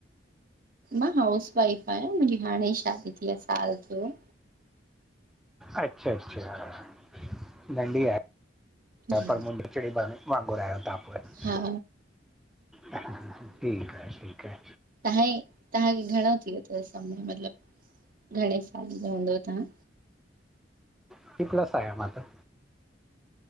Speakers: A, on the right; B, in the centre.
A: मां हाउस वाईफ आहियां, मुंजी हाणे ई शादी थी आ, साल थियो आ।
B: अच्छा, अच्छा नंढी आहे?
A: जी
B: पर मुंहिंजिचड़ी वांगुरु आहियो तव्हां पोइ
A: हा
B: <unintelligible> ठीकु आ, ठीकु आ।
A: तहां हे तहांखे घणो थी यो तव समय मतलब, घणें साले जा हूंदव तहां?
B: फिफ्टी प्लस आहियां मां त